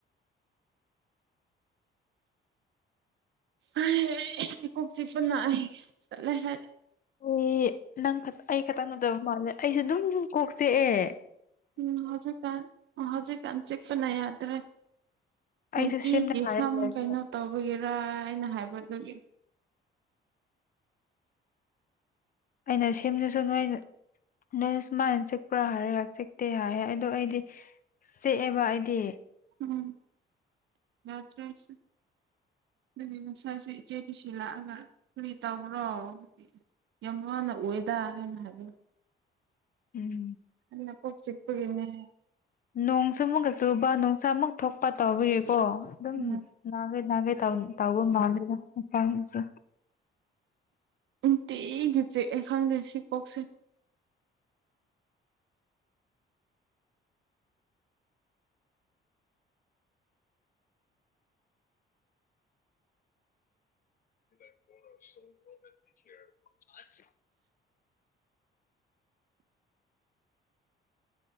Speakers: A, on the right (about 70°); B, on the left (about 45°).
A: <unintelligible> ꯀꯣꯛ ꯆꯤꯛꯄꯅ ꯑꯩ ꯇꯠꯂꯦ ꯑꯩ
B: ꯑꯣꯃꯤ ꯅꯪ ꯈꯠ ꯑꯩ ꯈꯠꯇꯪ ꯅꯠꯇꯕ ꯃꯥꯜꯂꯦ ꯑꯩꯁꯨ ꯗꯨꯝ ꯀꯣꯛꯆꯦꯛꯑꯦ
A: ꯎꯝ ꯍꯧꯖꯤꯛꯀꯥꯟ ꯍꯧꯖꯤꯛꯀꯥꯟ ꯆꯤꯛꯄꯅ ꯌꯥꯗ꯭ꯔꯦ
B: ꯑꯩꯁꯨ
A: ꯅꯨꯡꯇꯤꯗꯤ
B: ꯁꯦꯝꯅ ꯍꯥꯏꯔꯒ
A: ꯁꯝ
B: ꯂꯩꯕꯅꯦ
A: ꯀꯩꯅꯣ ꯇꯧꯕꯒꯦꯔꯥ ꯑꯩꯅ ꯍꯥꯏꯕꯗꯨꯒꯤ
B: ꯑꯩꯅ ꯁꯦꯝꯗꯨꯁꯨ ꯅꯣꯏ <unintelligible> ꯅꯣꯏꯁꯨ ꯁꯨꯃꯥꯏꯅ ꯆꯤꯛꯄ꯭ꯔꯥ ꯍꯥꯏꯔꯒ ꯆꯤꯛꯇꯦ ꯍꯥꯏꯌꯦ ꯑꯗꯣ ꯑꯩꯗꯤ ꯆꯤꯛꯑꯦꯕ ꯑꯩꯗꯤ
A: ꯎꯝ ꯌꯥꯗ꯭ꯔꯦ ꯑꯩꯁꯨ ꯑꯗꯨꯗꯤ ꯉꯁꯥꯏꯁꯨ ꯏꯆꯦ ꯂꯨꯁꯤ ꯂꯥꯛꯑꯒ ꯀꯔꯤ ꯇꯧꯕ꯭ꯔꯣ <unintelligible> ꯌꯥꯝ ꯋꯥꯅ ꯎꯋꯦꯗ ꯍꯥꯏꯅ ꯍꯥꯏ <unintelligible>
B: ꯎꯝ
A: ꯑꯟꯅ ꯀꯣꯛ ꯆꯤꯛꯄꯒꯤꯅꯦ
B: ꯅꯣꯡꯁꯨꯨ ꯑꯃꯨꯛꯒ ꯆꯨꯕ ꯅꯨꯡꯁꯥ ꯑꯃꯨꯛ ꯊꯣꯛꯄ ꯇꯧꯕꯒꯤ ꯀꯣ ꯑꯗꯨꯝ
A: ꯎꯝ
B: ꯅꯥꯒꯦ ꯅꯥꯒꯦ ꯇꯧ ꯇꯧꯕ ꯃꯜꯂꯦꯗ ꯍꯛꯆꯥꯡꯗꯨꯁꯨ
A: ꯅꯨꯡꯇꯤꯒꯤ ꯆꯤꯛꯑꯦ ꯈꯪꯗꯦ ꯁꯤ ꯀꯣꯛꯁꯦ
B: <unintelligible>